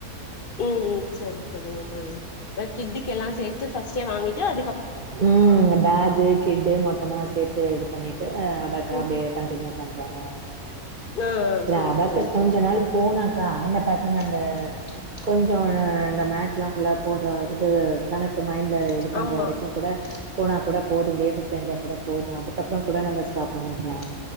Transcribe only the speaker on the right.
ம் பக்கு கிட்டு மொத்தமா சேத்து இது பண்ணிட்டு அ பக்க
அப்டியே கண்டினியூ பண்றாங்க
சேரி
அபாகஸ்
கொஞ்சோ நாள் போனாக்கா இந்த பசங்க அந்த கொஞ்சோ இந்த மக்ஸ்லா ஃபுல்லா போட்ற இது கணக்கு மைண்ட்ல இது பண்ற
வரைக்கு கூட போனா கூட போது பேசிக் தெரிஞ்சா கூட போது அதுக்கப்றோ கூட நம்ம ஸ்டாப் பண்ணிக்லா